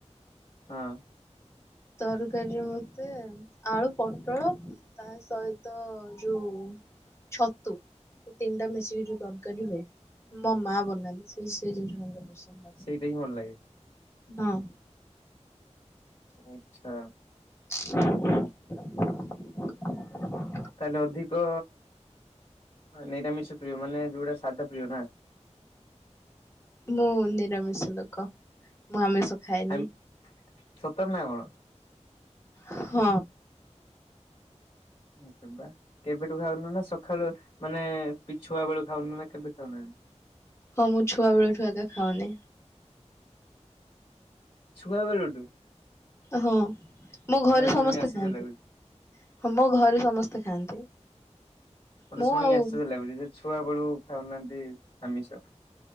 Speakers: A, on the left; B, on the left.
A: ହଁ।
B: ତରକାରୀରେ ମତେ ଆଳୁ ପୋଟଳ ତା ସହିତ ଯୋଉ ଛତୁ। ତିନିଟା ମିଶିକି ଯୋଉ ତରକାରୀ ହୁଏ। ମୋ ମା ବନାନ୍ତି ସେ ସେ ଜିନିଷ ଟା ମତେ ପସନ୍ଦ। ଲାଗେ।
A: ସେଇଟା ହିଁ ଭଲ ଲାଗେ।
B: ହଁ।
A: ଆଛା।
B: <inaudible>
A: ତାହେଲେ ଅଧିକ ନିରାମିଷ ପ୍ରିୟ ମାନେ ଯୋଉଟା ସାଧା ପ୍ରିୟ ନା।
B: ମୁଁ ନିରାମିଷ ଲୋକ ମୁଁ ଆମିଷ ଖାଏନି।
A: ଆ ସତରେ ନା କଣ
B: ହଁ।
A: ଆରେ ବା କେବେଠୁ ଖାଉନ ନା ସଖାଳୁଆ ମାନେ ପିଛୁଆ ବେଳୁ ଖାଉନ ନା କେମିତି ଖାଉନାହାନ୍ତି।
B: ହଁ ଛୁଆ ବେଳେଠୁ ଏକା ଖାଉନି।
A: ଛୁଆ ବେଳଠୁ?
B: ହଁ ମୋ ଘରେ
A: ମତେ
B: ସମସ୍ତେ
A: ଶୁଣିକି ଆଶ୍ଚର୍ଯ୍ୟ
B: ଖାଆନ୍ତି।
A: ଲାଗୁଛି
B: ହଁ ମୋ ଘରେ ସମସ୍ତେ ଖାଆନ୍ତି।
A: ମୋତେ
B: ମୁଁ
A: ଶୁଣିକି
B: ଆଉ
A: ଆଶ୍ଚର୍ଯ୍ୟ ଲାଗୁଛି ଯେ ଛୁଆ ବେଳୁ ଖାଉନାହାନ୍ତି ଆମିଷ।